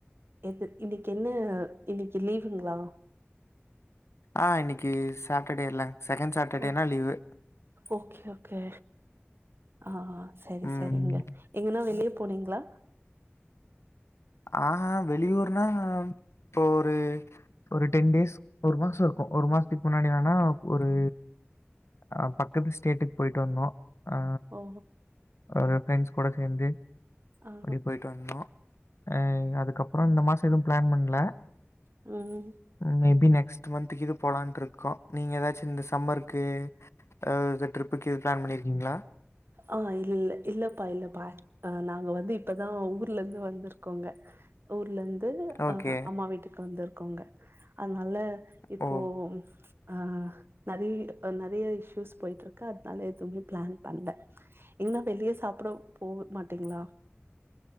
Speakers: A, on the right; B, on the left.
A: எது இன்னிக் என்ன இன்னிக்கு லீவுங்ளா
B: ஆ இன்னிக்கு சாட்டர்டேல செகண்ட் சாட்டர்டேனா
A: ஆ
B: லீவு
A: ஓகே ஓகே ஆ செரி
B: ம்
A: செரிங்க எங்கன்னா வெளிய போனீங்ளா
B: ஆஹ வெளியூர்னா இப்போ ஒரு ஒரு டென் டேஸ் ஒரு மாசோ இருக்கு ஒரு மாசத்துக்கு முன்னாடி வேணா ஒரு அ பக்கத்து ஸ்டேட்டுக்கு போய்ட்டு வந்தோ ஆ
A: ஓ
B: ஒரு ப்ரெண்ட்ஸ்கூட சேந்து
A: ஆ
B: அப்டி போய்ட்டு வந்தோ ஆ அதுக்கப்புறோ இந்த மாசோ எது பிளான் பண்ணல
A: ம்
B: மேபி நெக்ஸ்ட் மந்த்துக்கிது போலான்ட்ருக்கோ நீங்க எதாச்சு இந்த சம்மர்க்கு அ எதா ட்ரிப்புக்கு எது ப்ளான் பண்ணிருக்கீங்ளா
A: ஆஹ இல்ல இல்ல இல்லப்பா இல்லப்பா அ நாங்க வந்து இப்பதா ஊர்ல இருந்து வந்துருக்கோங்க ஊர்ல இருந்து
B: ஓகே.
A: அஹ அம்மா வீட்டுக்கு வந்துருக்கோங்க அதனால இப்போ
B: ஓ!
A: ஆ நறைய நறைய இஸ்யூஸ் போய்ட்ருக்கு அதனால எதுமே பிளான் பண்ல நீங்களா வெளிய சாப்ட போவே மாட்டீங்களா